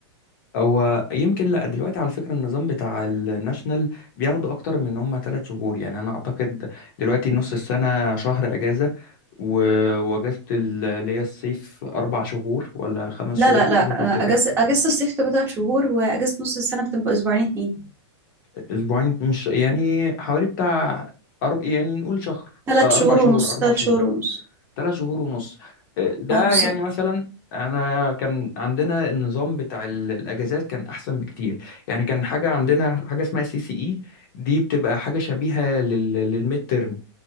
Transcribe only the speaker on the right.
لا
لا لا
آه، اجازه اجازه الصيف بتبقى ثلاث شهور واجازه نص السنه بتبقى اسبوعين اتنين
ثلاث
شهور
ونص
ثلاث
شهور ونص
اه بالظبط